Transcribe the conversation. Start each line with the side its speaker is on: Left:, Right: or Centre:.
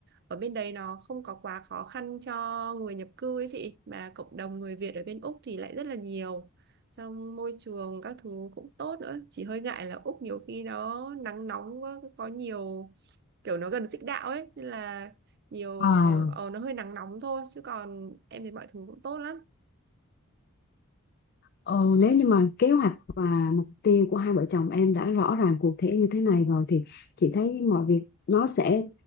Right: ở bên đấy nó không có quá khó khăn cho người nhập cư ấy chị mà cộng đồng người Việt ở bên Úc thì lại rất là nhiều xong môi trường các thứ cũng tốt nữa chỉ hơi ngại là Úc nhiều khi nó nắng nóng quá có nhiều kiểu nó gần xích đạo ấy nên là nhiều
Left: À,
Right: ờ ờ, nó hơi nắng nóng thôi chứ còn em thấy mọi thứ cũng tốt lắm
Left: Ừ, nếu như mà kế hoạch và mục tiêu của hai vợ chồng em đã rõ ràng cụ thể như thế này rồi thì chị thấy mọi việc nó sẽ